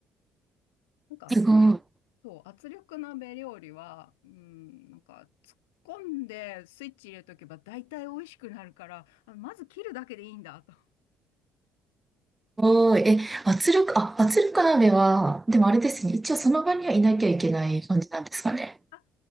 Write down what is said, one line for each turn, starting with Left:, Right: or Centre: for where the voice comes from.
Left: なんか圧、
Right: すごい。
Left: そう、圧力鍋料理は、うん、なんか突っ込んでスイッチ入れとけば大体美味しくなるから、あ、まず切るだけでいいんだと。<laughs>
Right: すごい。え、圧力、あ、圧力鍋は、でもあれですね、一応その場にはいなきゃいけない感じなんですかね。
Left: あ、